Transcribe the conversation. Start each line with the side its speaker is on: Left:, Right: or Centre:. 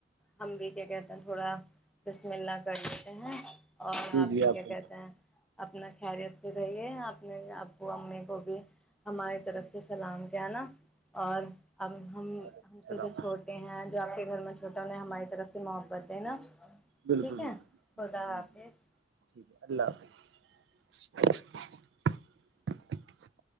Centre: ہم بھی کیا کہتے ہیں تھوڑا بسم اللہ کر <unintelligible> <inaudible> <unintelligible> اور
Right: جی
Centre: آپ
Right: جی
Centre: بھی کیا
Right: کو
Centre: کہتے ہیں <unintelligible> اپنا خیریت سے رہیے آپ <unintelligible> آب کو امی کو بھی <unintelligible> ہماری طرف سے سلام <unintelligible> نا اور اب ہم
Right: وعلیکم
Centre: ہم
Right: السلام
Centre: سے جو چھوٹے ہیں جو آپ کے <unintelligible> گھر میں چھوٹا انہیں ہماری طرف سے محبت د نا <unintelligible>
Right: بالکل
Centre: ٹھیک ہے خدا
Right: بالکل <unintelligible> جی
Centre: حافظ
Right: جی ٹھیک ہے اللہ حافظ <unintelligible> <inaudible> <unintelligible>